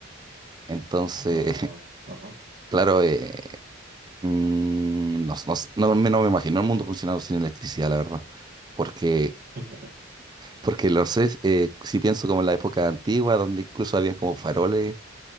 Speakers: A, on the right; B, on the right.
A: Entonces,
B: Ah,
A: <laughs>
B: ajá.
A: claro, eh, mm, no, s- no, s- no me no me imagino el mundo funcionando sin electricidad, la verdad. Porque
B: <laughs>
A: Porque lo sé, eh, si pienso como en la época antigua, donde incluso habían como faroles